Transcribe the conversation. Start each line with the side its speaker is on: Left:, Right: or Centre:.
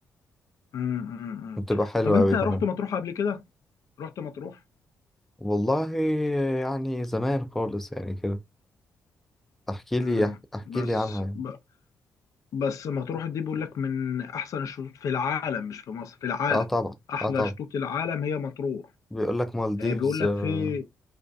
Left: امم امم أمم.
Centre: بتبقى حلوة
Left: طب انت
Centre: أوي
Left: رحت
Centre: كمان
Left: مطروح قبل كده رحت مطروح
Centre: والله يعني زمان خالص يعني كده احكي لي
Left: امم
Centre: احكي
Left: بس
Centre: لي عنها يعني.
Left: ب... بس مطروح دي بيقول لك من احسن الشطوط في العالم مش في مصر في العالم
Centre: اه طبعا
Left: احلى
Centre: اه طبعا
Left: شطوط العالم هي مطروح
Centre: بيقول لك مالديفز
Left: آه، بيقول لك
Centre: آه
Left: في